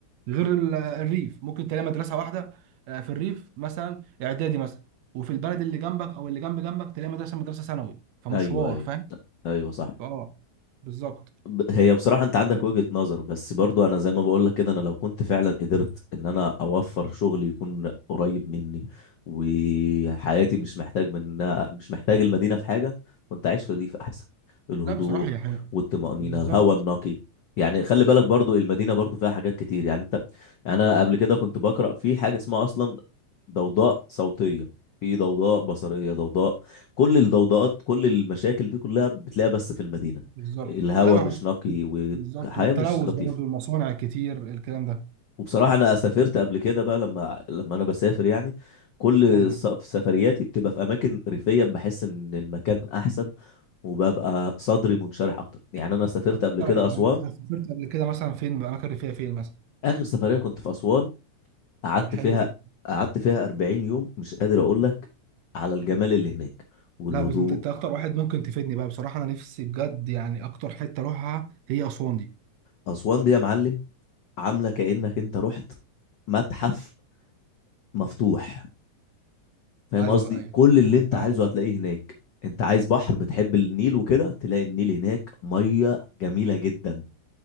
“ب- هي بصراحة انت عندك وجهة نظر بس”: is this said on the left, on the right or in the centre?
Left